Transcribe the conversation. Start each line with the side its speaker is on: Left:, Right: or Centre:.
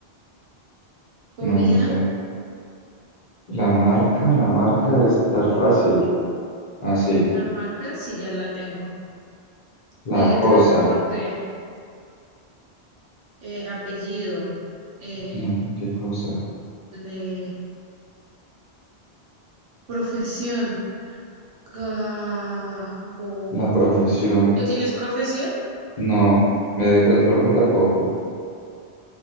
Right: Comida,
Left: No, no sé. La marca, la marca debe estar fácil. Así.
Right: la marca, sí, ya la tengo. Medio
Left: La cosa.
Right: de transporte, eh, apellido, eh,
Left: No, ¿qué cosa?
Right: el de profesión. Ga- con-
Left: La profesión.
Right: ¿Tú tienes profesión?
Left: No. Medio de transporte tampoco.